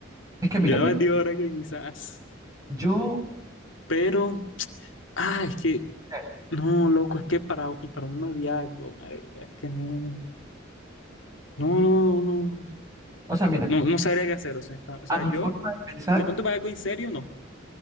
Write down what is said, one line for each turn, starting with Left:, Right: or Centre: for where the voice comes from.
Right: es que mira,
Left: Yo
Right: mira.
Left: no me digo ahora que quizás.
Right: Yo,
Left: Pero, ah, es que,
Right: eh,
Left: no, loco, es que para, y para un noviazgo, marica, es que no. No, no, no,
Right: o sea, mira,
Left: no, no sabría qué hacer. O sea, pa- o
Right: a
Left: sea,
Right: mi
Left: yo,
Right: forma de pensar,
Left: de pronto para algo en serio, no.